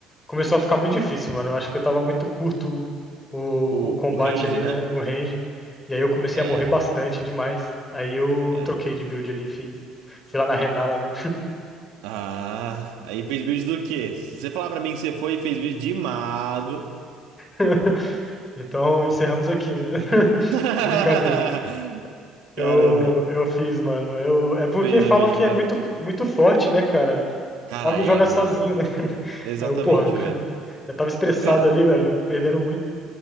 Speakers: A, on the left; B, on the right.
A: começou a ficar muito difícil, mano. Eu acho que eu tava muito curto o,
B: O,
A: o combate
B: o range,
A: ali,
B: né?
A: né? O range. E aí eu comecei
B: É.
A: a morrer bastante demais. Aí eu
B: é.
A: troquei de build ali, fiz. Fui lá na Renala, né?
B: Ah, aí fez build do quê? Se você falar pra mim que você foi e fez build de mago.
A: <laughs> Então encerramos aqui, né? <laughs>
B: <laughs>
A: Brincadeira. Eu,
B: Caramba,
A: eu fiz, mano. Eu, é porque
B: fez
A: falam
B: a build
A: que
B: de mago.
A: é muito, muito forte, né, cara?
B: Cara,
A: O Mago
B: é,
A: joga
B: mano.
A: sozinho, né? <laughs>
B: Exatamente,
A: Aí eu, porra, <laughs>
B: velho.
A: eu tava estressado
B: Cara,
A: ali, velho, perdendo muito.